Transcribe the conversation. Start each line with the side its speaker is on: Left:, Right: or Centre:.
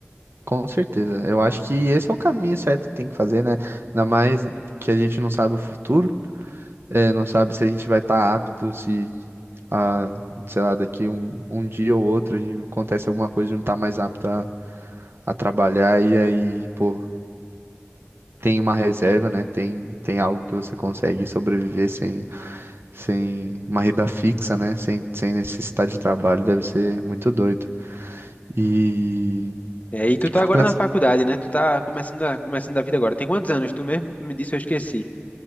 Right: Com certeza. Eu acho que esse é o caminho certo que tem que fazer, né? Ainda mais que a gente não sabe o futuro, é, não sabe se a gente vai estar apto, se, a, sei lá, daqui um, um dia ou outro a gente acontece alguma coisa e não tá mais apto a, a trabalhar, e aí, pô. tem uma reserva, né? Tem, tem algo que você consegue sobreviver sem, sem uma renda fixa, né? Sem, sem necessidade de trabalho, deve ser muito doido. E
Left: É, e tu tá
Right: fico
Left: agora
Right: pensando,
Left: na faculdade, né? Tu tá começando a, começando a vida agora. Tem quantos anos? Tu mesmo tu me disse, eu esqueci.